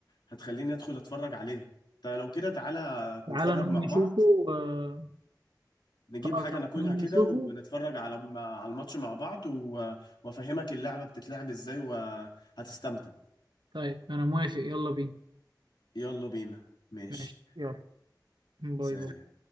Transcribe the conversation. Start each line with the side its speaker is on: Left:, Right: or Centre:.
Left: هتخليني ادخل اتفرج عليه طيب لو كده تعالى
Right: تعالى
Left: نتفرج
Right: نقوم
Left: مع
Right: نشوفه
Left: بعض
Right: آه
Left: نجيب
Right: آه،
Left: حاجة
Right: تعالى
Left: ناكلها
Right: نقوم
Left: كده
Right: نشوفه
Left: ونتفرج على على الماتش مع بعض و- وافهمك اللعبة بتتلعب ازاي وهتستمتع
Right: طيب أنا موافق يلا بينا
Left: يلا بينا ماشي
Right: ماشي يلا باي
Left: سلام
Right: باي